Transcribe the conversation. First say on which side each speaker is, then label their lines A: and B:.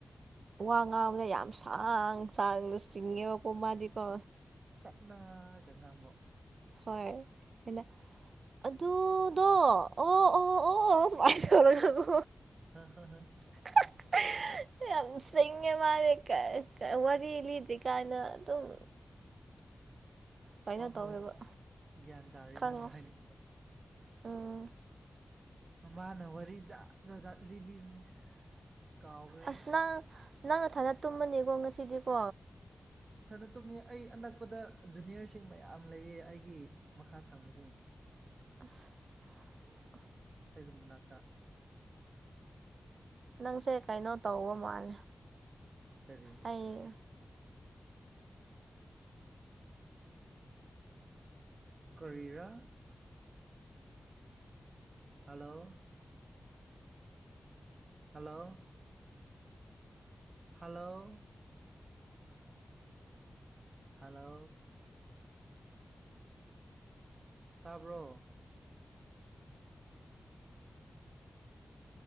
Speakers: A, on the right; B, on the right.
A: ꯋꯥ ꯉꯥꯡꯕꯗ ꯌꯥꯝ ꯁꯥꯡ ꯆꯥꯡꯅ ꯆꯤꯡꯉꯦꯕꯀꯣ ꯃꯥꯗꯤꯀꯣ
B: ꯇꯞꯅꯒ ꯉꯥꯡꯕꯣ
A: ꯍꯣꯏ ꯑꯅ ꯑꯗꯨꯗꯣ ꯑꯣ ꯑꯣ ꯑꯣ ꯁꯨꯃꯥꯏꯅ ꯇꯧꯔꯣꯏ ꯅꯒꯣ
B: ꯍꯥ ꯍꯥ ꯍꯥ
A: <unintelligible> ꯌꯥꯝ ꯆꯦꯡꯉꯦ ꯃꯥꯂꯦ ꯋꯥꯔꯤ ꯂꯤꯗ꯭ꯔꯤ ꯀꯥꯏꯅ ꯑꯗꯨꯝ ꯀꯩꯅꯣ
B: ꯍꯣꯏ ꯍꯣꯏ
A: ꯇꯧꯋꯦꯕ
B: ꯒ꯭ꯌꯥꯟ ꯇꯥꯔꯦ
A: ꯈꯪꯉꯣ
B: ꯅꯪꯅ ꯍꯥꯏꯅꯤꯡꯕꯗꯣ
A: ꯎꯝ
B: ꯃꯥꯅ ꯋꯥꯔꯤ ꯖꯥꯠ ꯖꯥꯖꯥꯠ ꯂꯤꯕꯤꯕꯅꯦ ꯀꯥꯎꯈ꯭ꯔꯦ
A: ꯑꯁ ꯅ ꯅꯪꯅ ꯊꯥꯅ ꯇꯨꯝꯕꯅꯦꯀꯣ ꯉꯁꯤꯗꯤꯀꯣ
B: ꯏꯊꯟꯗ ꯇꯨꯝꯃꯤ ꯑꯩ ꯑꯅꯛꯄꯗ ꯖꯨꯅꯤꯌꯔꯁꯤꯡ ꯃꯌꯥꯝ ꯂꯩꯌꯦ ꯑꯩꯒꯤ ꯃꯈꯥ ꯊꯪꯕꯁꯤꯡ
A: ꯑ
B: ꯑꯩꯔꯨꯝ ꯃꯅꯥꯛꯇ
A: ꯅꯪꯁꯦ ꯀꯩꯅꯣ ꯇꯧꯕ ꯃꯥꯜ
B: ꯀꯔꯤ
A: ꯑꯩ
B: ꯀꯔꯤꯔꯥ ꯍꯜꯂꯣ ꯍꯜꯂꯣ ꯍꯜꯂꯣ ꯍꯂꯣ ꯇꯥꯕ꯭ꯔꯣ